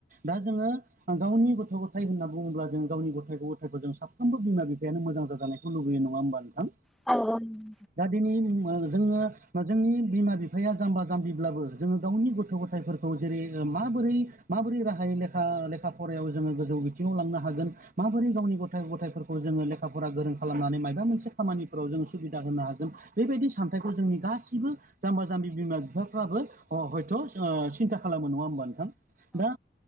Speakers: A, on the right; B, in the centre.
A: दा जोङो । गावनि गथ' गथाय होनना बुङोब्ला जों गावनि गथथाय ग गथायखौ जों साफ्रोमबो बिमा बिफायानो मोजां जाजानाय । लुबोयो नङा होनोमबा नोंथां?
B: औ औ ।
A: दा दिनै जोङो जोंनि बिमा बिफाया जाम्बा जाम्बिब्लाबो जोङो गावनि गथ' गथायफोरखौ । खौ जेरै माबोरै माबोरै राहायै लेखा लेखा फरायायाव जोङो गोजौ बिथिङाव लांनो हागोन । माबोरै गावनि गथ' गथायफोरखौ जोङो लेखाफोरा गोरों खालामनानै माबा मोनसे खामानिफोराव जों सुबिदा । होनोनो हागोन बेबायदि सामथाइखौ जोंनि गासिबो । जाम्बा जाम्बि बिमा बिफाफ्राबो हयथ' सिन्था खालामो नङा होमबा नोंथां? दा